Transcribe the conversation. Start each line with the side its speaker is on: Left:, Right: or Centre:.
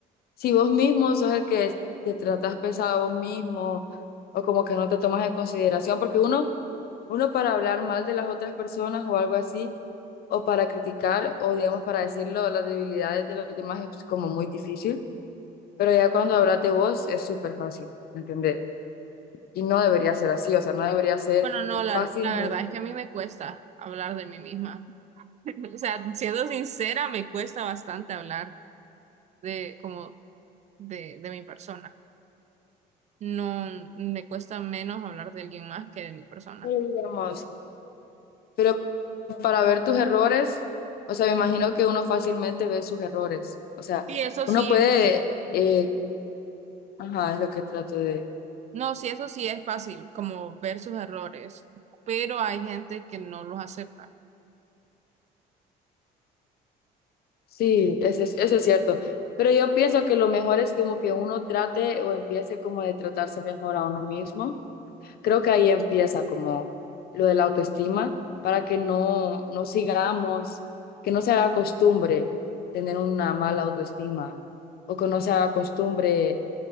Left: si vos mismo sos el que te tratas pesado a vos mismo o como que no te tomas en consideración, porque uno, uno para hablar mal de las otras personas o algo así, o para criticar o digamos para decirlo, las debilidades de los demás es como muy difícil, pero ya cuando hablas de vos es súper fácil, ¿me ¿entendés? Y no debería ser así, o sea, no debería ser
Right: Bueno, no, la,
Left: fácil,
Right: la
Left: pero
Right: verdad es que a mí me cuesta hablar de mí misma. <laughs> O sea, siendo sincera, me cuesta bastante hablar de como de, de mi persona. no me cuesta menos hablar de alguien más que de mi persona.
Left: digamos, pero para ver tus errores, o sea, me imagino que uno fácilmente ve sus errores, o sea,
Right: Y eso
Left: uno
Right: sí,
Left: puede... eh, Ajá, es lo que trato de...
Right: no, sí, eso sí es fácil, como ver sus errores, pero hay gente que no los acepta.
Left: Sí, eso es, eso es cierto. Pero yo pienso que lo mejor es como que uno trate o empiece como de tratarse mejor a uno mismo. Creo que ahí empieza como lo de la autoestima para que no, no sigamos, que no se haga costumbre tener una mala autoestima o que no se haga costumbre